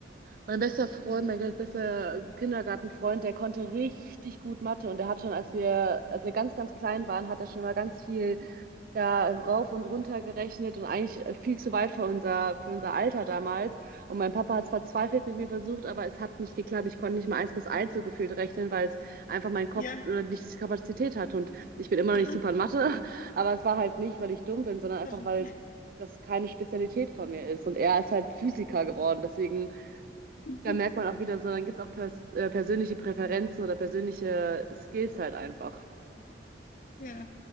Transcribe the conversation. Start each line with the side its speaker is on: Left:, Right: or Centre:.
Right: mein bester Freund, mein ganz bester Kindergartenfreund, der konnte richtig gut Mathe und der hat schon, als wir, als wir ganz, ganz klein waren, hat er schon immer ganz viel da rauf und runter gerechnet und eigentlich äh, viel zu weit für unser, für unser Alter damals. Und mein Papa hat es verzweifelt mit mir versucht, aber es hat nicht geklappt. Ich konnte nicht mal eins bis eins so gefühlt rechnen, weil es einfach mein Kopf
Left: Ja.
Right: äh, nicht die Kapazität hat. Und ich bin immer
Left: Aha.
Right: noch nicht super in Mathe, <laughs> aber es war halt nicht, weil ich dumm bin, sondern einfach,
Left: <laughs>
Right: weil das keine Spezialität von mir ist. Und er ist halt Physiker geworden. Deswegen,
Left: Mhm.
Right: da merkt man auch wieder so, dann gibt es auch pers äh, persönliche Präferenzen oder persönliche Skills halt einfach.
Left: Ja.